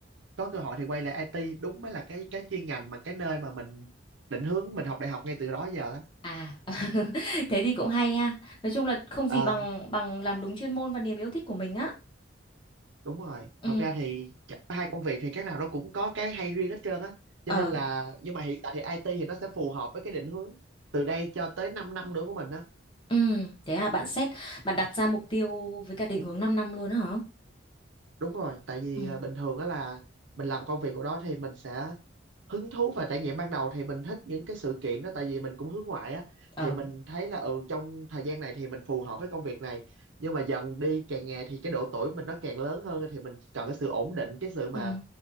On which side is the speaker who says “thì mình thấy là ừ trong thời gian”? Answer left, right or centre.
Right